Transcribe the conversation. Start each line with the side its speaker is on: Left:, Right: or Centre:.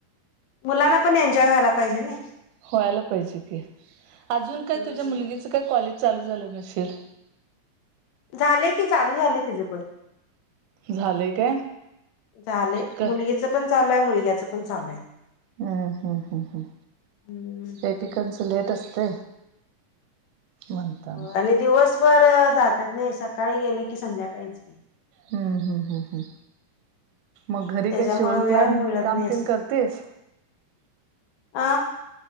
Left: मुलांना पण एन्जॉय व्हायला पाहिजे नाही.
Right: व्हायला पाहिजे की, अजून काय
Left: हम्म
Right: तुझ्या मुलगीच काय, कॉलेज चालू झालं नसेल.
Left: झालंय, की चालू झालंय तिचं पण
Right: झालंय काय
Left: झालेय,
Right: क
Left: मुलगीच पण चालू आहे. मुलग्याच पण चालू आहे.
Right: हम्म, हम्म, हम्म,
Left: हम्म
Right: एकेकांच लेट असते. <unintelligible>
Left: आणि दिवसभर जातात नाही. सकाळी गेले की, संध्याकाळीच की,
Right: हम्म, हम्म, हम्म, हम मग, घरी
Left: त्याच्यामुळं
Right: काही शिवण
Left: वेळ
Right: क्लाम
Left: मिळत
Right: काम
Left: नाही असं
Right: तेन करतेस.
Left: अ